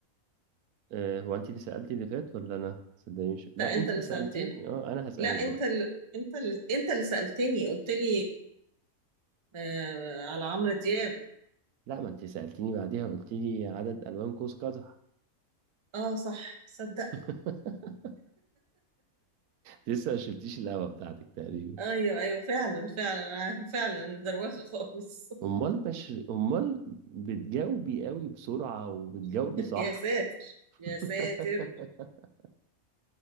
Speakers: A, on the right (about 85°); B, on the right (about 30°).
A: آه، هو انت اللي سألتي اللي فات ولا انا صدقني مش لا
B: لا
A: انت
B: انت اللي
A: اللي سألتيني
B: سألتني
A: اه انا هسألك
B: لا
A: بقى
B: انت اللي انت اللي انت اللي سألتني قلت لي آه على عمرو دياب
A: لا ما انت سألتيني بعديها قلت لي عدد الوان قوس قزح
B: اه صح صدق
A: <laughs> لسه ما شربتيش القهوة بتاعتك تقريبا
B: ايوه ايوه فعلا فعلا آه، فعلا دروخه خالص
A: امال مش امال بتجاوبي قوي بسرعة وبتجاوبي
B: <laughs>
A: صح
B: يا ساتر يا
A: <laughs>
B: ساتر